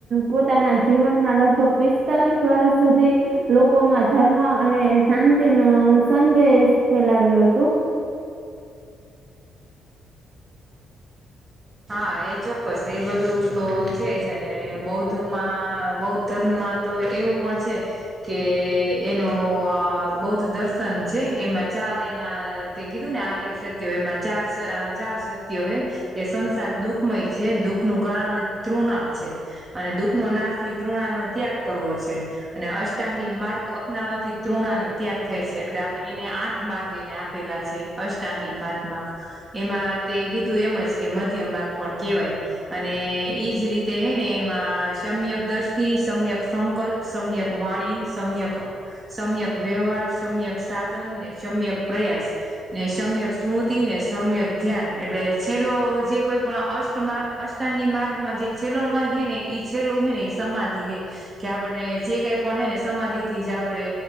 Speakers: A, on the right; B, on the right.
A: પોતાના જીવનના લગભગ પિસ્તાલીસ વર્ષ સુધી લોકોમાં ધર્મા અને શાંતિ નો સંદેશ ફેલાવ્યો હતો
B: હા એ ચોક્કસ એ બધું તો છે જ અને બૌદ્ધ માં બૌ ધર્મમાં તો એવું પણ છે કે એનો અ બૌદ્ધ દર્શન છે એમાં ચાર એના તે કીધું ને આર્ય સત્ય હોય એમાં સ ચાર સત્ય હોય કે સંસાર દુખમય છે દુઃખ નું કારણ તૃણા છે અને દુઃખનો નાશથી દ્રૃણા નો ત્યાગ કરવો છે અને અષ્ટાંગી માર્ગ અપનાવાથી ત્રણા નો ત્યાગ થાય છે એટલે આપણે એને આઠ માર્ગ એને આપ પેલા છે અષ્ટાંગી માર્ગમાં એમાં તે કીધું એમ જ કે મધ્ય માર્ગ પણ કેવાય અને ઈજ રીતે હૈ ને એમાં સમ્યક દ્રષ્ટિ સમ્યક સંકલ્પ સમ્યક વાણી સમ્યક સમ્યક વ્યવહાર સમ્યક સાધન ને સમ્યક પ્રયાસ ને સમ્યક સ્મૃતિ ને સમ્યક ધ્યાન એટલે છે લો જે કોઈ પણ અષ્ટ અષ્ટાંગી માર્ગમાં જે છેલ્લો માર્ગ હે ને ઇ છેલ્લું હે ને ઈ સમાધિ હૈ કે આપણને જે કઈ પણ હે ને સમાધિ થી જ આપડે